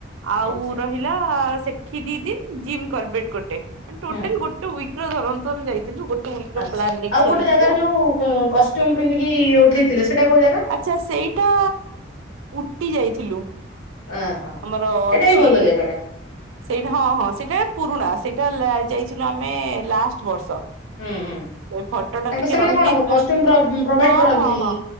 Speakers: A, on the right; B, on the left.
A: ଆଉ
B: ଆଚ୍ଛା।
A: ରହି ଲା ସେଠି ଦି ଦିନ ଜିମ୍ କର୍ବେଟ ଗୋଟେ ଟୋଟାଲ
B: ହୁଁ।
A: ଗୋଟେ ୱିକ। ଧରନତୁର ଯାଇଥିଲୁ ଗୋଟେ ୱିକ ର
B: ଆସ
A: ପ୍ଲାନ ନେଇକି
B: ଆଉ
A: ଯାଇଥିଲୁ।
B: ଗୋଟେ ଜାଗାରେ ଯୋଉ କଷ୍ଟ୍ୟୁମ ପିନ୍ଧିକି ଉଠେଇଥିଲେ ସେଇଟା କୋଉ ଜାଗା।
A: ଆଚ୍ଛା ସେଇଟା ଉଟି ଯାଇଥିଲୁ।
B: ଓହୋ
A: ଆମର
B: ସେଇଟା
A: ଅଛି।
B: ବି ଭଲ ଜାଗା ଟା
A: ସେଇଟା ହଁ ହଁ ସେଇଟା ପୁରୁଣା ସେଇଟା ଯାଇଥିଲୁ ଆମେ ଲାଷ୍ଟ ବର୍ଷ।
B: ହୁଁ ହୁଁ।
A: ସେଇ ଫଟୋ ଟା
B: ତାଙ୍କର
A: ଟିକେ
B: ସେମାନେ
A: ରହିଯାଇଥିଲା।
B: କଣ କଷ୍ଟ୍ୟୁମ ପ୍ର-ପ୍ରୋଭାଇଡ
A: ହଁ
B: କରନ୍ତି
A: ହଁ ହଁ।